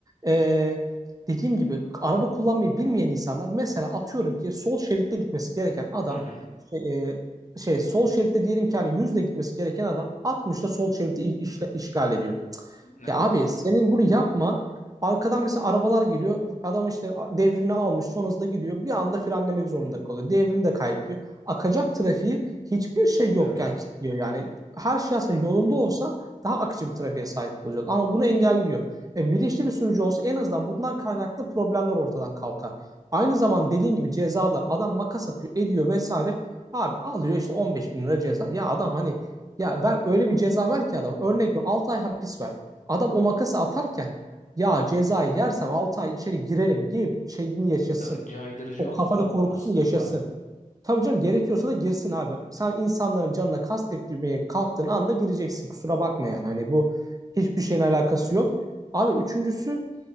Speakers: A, on the right (about 25°); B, on the left (about 70°).
A: ee, dediğim gibi araba kullanmayı bilmeyen insanlar mesela atıyorum ki sol şeritte gitmesi gereken adam
B: Hı hı.
A: şey, e, şey sol şeritte diyelim ki hani 100'de gitmesi gereken adam 60'da sol şeriti işgal ediyor.
B: Evet.
A: Ya abi senin bunu yapman arkadan mesela arabalar geliyor. Adam işte devrini almış son hızda gidiyor. Bir anda frenlemek zorunda kalıyor. Devrini de kaybediyor. Akacak trafiği hiçbir şey yokken
B: Tabii ki.
A: kilitliyor. Yani her şey aslında yolunda olsa daha akıcı bir trafiğe sahip olacağız. Ama bunu engelliyor. E, bilinçli bir sürücü olsa en azından bundan kaynaklı problemler ortadan kalkar. Aynı zaman dediğin gibi cezalar adam makas atıyor ediyor vesaire. Abi alıyor işte 15 bin lira ceza. Ya adam hani ya ver öyle bir ceza ver ki adam. Örnek veriyorum 6 ay hapis ver. Adam o makası atarken ya cezayı yersem 6 ay içeri girerim gibi şeyini yaşasın.
B: Tabii caydırıcı
A: O
B: olsun
A: kafada korkusunu
B: aslında
A: yaşasın.
B: değil mi?
A: Tabii canım gerekiyorsa da girsin abi. Sen insanların canına kastetmeye kalktığın anda gireceksin. Kusura bakma yani. Hani bu hiçbir şeyin alakası yok. Abi üçüncüsü